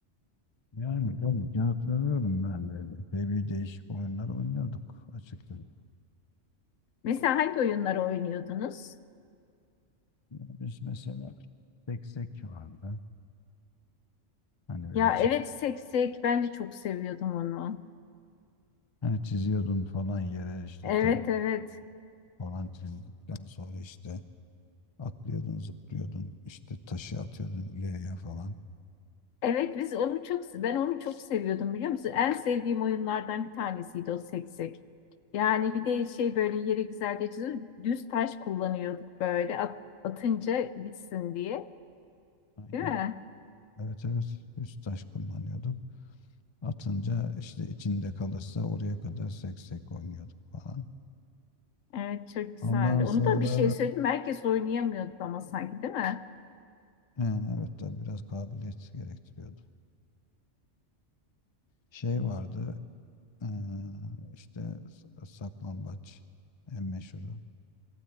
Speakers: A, on the left; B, on the left.
A: Yani tabii ki hatırlıyorum ben de. Epey bir değişik oyunlar oynuyorduk açıkçası.
B: Mesela hangi oyunları oynuyordunuz?
A: Ya biz mesela seksek vardı. Hani böyle
B: Ya
A: çiz,
B: evet seksek ben de çok seviyordum onu.
A: hani çiziyordun falan yere işte
B: Evet
A: tep
B: evet.
A: falan çizdikten sonra işte atlıyordun, zıplıyordun, işte taşı atıyordun ileriye falan.
B: Evet biz onu çok ben onu çok seviyordum biliyor musun? En sevdiğim oyunlardan bir tanesiydi o seksek. Yani bir de şey böyle yere güzelce çiziyor. Düz taş kullanıyorduk böyle at- atınca gitsin diye.
A: Aynen.
B: Değil mi?
A: Evet evet. Üst taş kullanıyorduk. Atınca işte içinde kalırsa oraya kadar seksek oynuyorduk falan.
B: Evet çok güzeldi.
A: Ondan sonra
B: Onu da bir şey söyleyeyim. mi? Herkes oynayamıyordu ama sanki değil mi?
A: yani evet tabii biraz kabiliyet gerektiriyordu. Şey vardı eee, işte s- saklambaç en meşhuru.